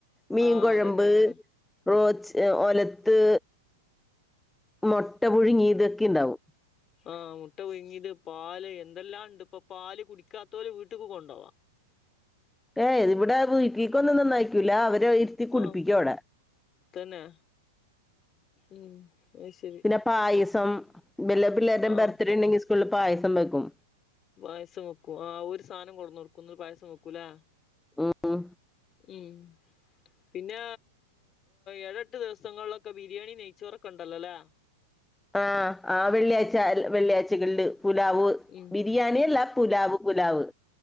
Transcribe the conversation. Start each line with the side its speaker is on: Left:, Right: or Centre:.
Centre: മീൻകൊഴമ്പ്
Left: ആഹ് അതന്നെക്കെ
Centre: റോച്ച് ഒലത്ത് മൊട്ട പുഴുങ്ങിയത് ഒക്കെ ഉണ്ടാവും
Left: <unintelligible> ആഹ മുട്ട പുഴുങ്ങിയത് പാല് എന്തെല്ലാം ഉണ്ട് ഇപ്പൊ പാല് കുടിക്കാത്തോര് വീട്ടിക്ക് കൊണ്ടോവാം <unintelligible>
Centre: ഏയ് ഇവിടെ വീട്ടിലേക്കൊന്നുംന്നുംന്നായിക്കൂല അവരെ ഇരുത്തി കുടിപ്പിക്കും
Left: ആഹ്
Centre: അവ്ടെ
Left: തന്നെ ഉം അയ്ശരി
Centre: പിന്നെ പായസം വല്ല പിള്ളേരുടെ
Left: ആഹ്
Centre: ബർത്ത്ഡേ ഉണ്ടെങ്കിൽ സ്കൂളിൽ പായസം വെക്കും
Left: പായസം വെക്കും ആഹ് ഓര് സാധനം കൊടന്ന് കൊടുക്കും ഇന്നിട്ട് പായസം വെക്കുംല്ലേ
Centre: ഉം ഉം
Left: ഉം പിന്നെ ഏടെട്ട് ദിവസങ്ങളിലൊക്കെ ബിരിയാണി നെയ്ചോറൊക്കെ ഇണ്ടല്ലോല്ലേ <inaudible>
Centre: ആഹ് ആഹ് വെള്ളിയാഴ് വെള്ളിയാഴ്കളിൽ പുലാവ്
Left: ഉം
Centre: ബിരിയാണി അല്ല പുലാവ് പുലാവ്